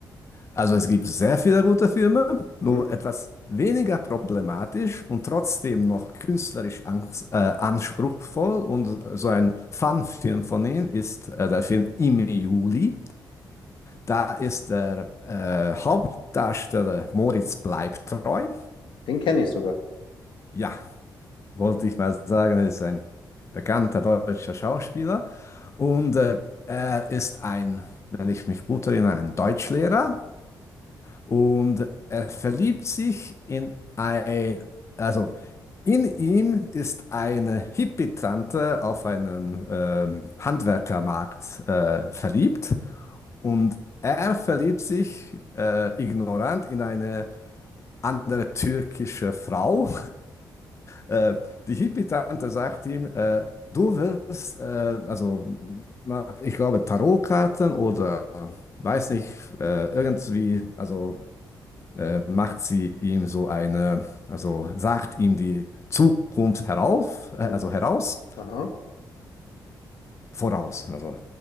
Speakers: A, on the left (about 35°); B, on the left (about 85°).
A: Also es gibt sehr viele gute Filme, nur
B: Mhm.
A: etwas weniger problematisch und trotzdem noch künstlerisch ans äh, anspruchsvoll. Und äh, so ein Fun-Film von ihm ist äh, der Film Im Juli. Da ist der äh, Hauptdarsteller Moritz bleibt treu.
B: Den kenne ich sogar.
A: Ja, wollte ich mal sagen, er ist ein bekannter deutscher Schauspieler und äh, er ist ein, wenn ich mich gut erinnere, ein Deutschlehrer und er verliebt sich in ein, also in ihm ist eine Hippie-Tante auf einen ähm, Handwerkermarkt äh, verliebt und er verliebt sich äh, ignorant in eine andere türkische Frau äh, die Hippie-Tante sagt ihm, äh, du wirst, äh, also na, ich glaube Tarotkarten oder weiß nicht, äh, irgendwie, also äh, macht sie ihm so eine, also sagt ihm die Zukunft herauf, äh, also
B: Mhm.
A: heraus,
B: Aha,
A: voraus, also